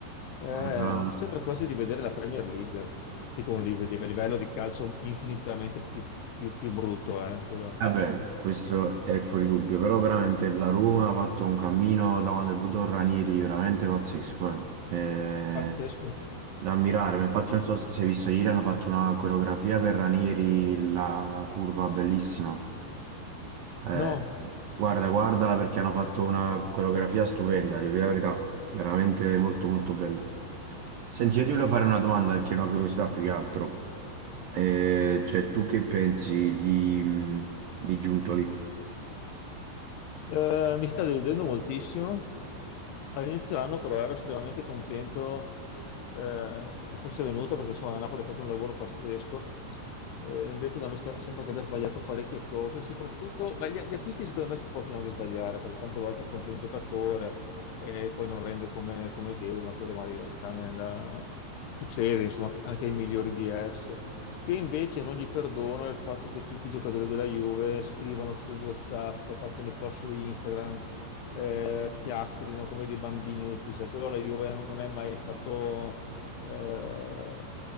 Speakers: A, on the left; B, on the right.
A: Eh,
B: Guarda,
A: sembra quasi di vedere la Premier League, che con un live- di- livello di calcio infinitamente più, più- più- più brutto, eh, quello
B: Vabbè, questo è fuori dubbio, però veramente la Roma ha fatto un cammino da quando è venuto Ranieri veramente pazzesco, eh.
A: pazzesco.
B: Eh, da ammirare, ma infatti non so se hai visto ieri hanno fatto una coreografia per Ranieri, la curva bellissima. Eh,
A: No,
B: guarda, guardala perché hanno fatto una coreografia stupenda, devo dire la verità, veramente molto molto bella. Senti, io ti volevo fare una domanda che è una curiosità più che altro. Eh, cioè, tu che pensi di, mh, di Giuntoli?
A: eh, mi sta deludendo moltissimo. All'inizio dell'anno però ero estremamente contento eh, che fosse venuto perché insomma la Napoli ha fatto un lavoro pazzesco, Eh, invece da noi sta- sembra che abbia sbagliato parecchie cose, soprattutto beh, gli, gli acquisti secondo me si possono anche sbagliare perché tante volte compri un giocatore e poi non rende come, come devi, ma quello magari sta nella... succede insomma anche ai migliori di esse. Che invece non gli perdono è il fatto che tutti i giocatori della Juve scrivano su WhatsApp, facciano i post su Instagram eh, chiacchierino come dei bambinetti, sai, quello la Juve non non è mai stato eh,